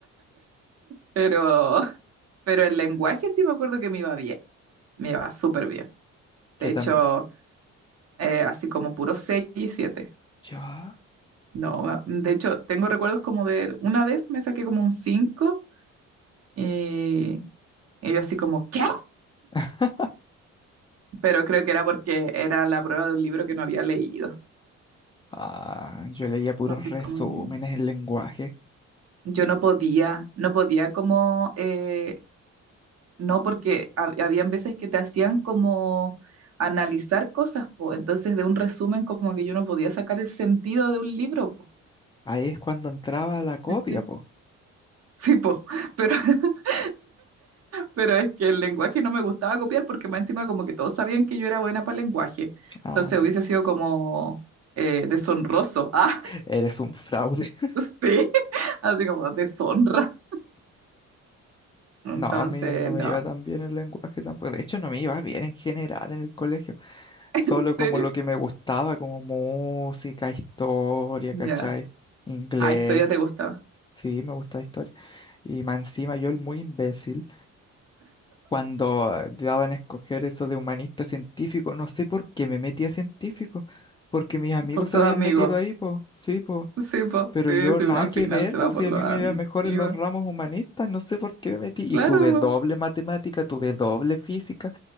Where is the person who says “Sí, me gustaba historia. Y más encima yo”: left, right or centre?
Left